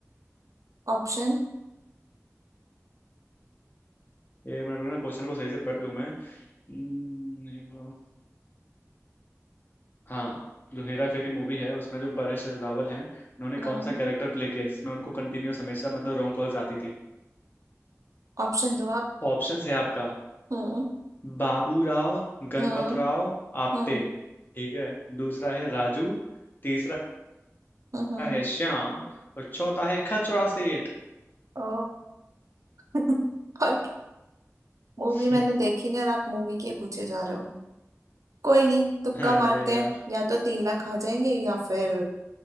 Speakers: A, on the right (about 85°); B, on the left (about 40°).
A: ऑप्शन
B: एक मिनट रुकना क्वेश्चन को सही से पढ़ लूं मैं हम्म, हाँ जो हेरा फेरी मूवी है उसमें जो परेश रावल हैं उन्होंने
A: हम्म
B: कौन सा कैरेक्टर प्ले किया जिसमें उनको कंटिन्यूअस हमेशा मतलब रॉन्ग कॉल्स आती थी
A: ऑप्शन दो आप
B: ऑप्शंस है आपका
A: हम्म
B: बाबू राव गणपत
A: हम्म
B: राव आप्टे
A: हम्म
B: ठीक है दूसरा है राजू तीसरा
A: हम्म
B: है श्याम और चौथा है खचरा सेठ
A: ओ <laughs> और मूवी
B: <laughs>
A: मैंने देखी नहीं और आप मूवी के पूछे जा रहे हो कोई नहीं तुक्का
B: अरे
A: मारते
B: यार
A: हैं या तो तीन लाख आ जाएंगे या फिर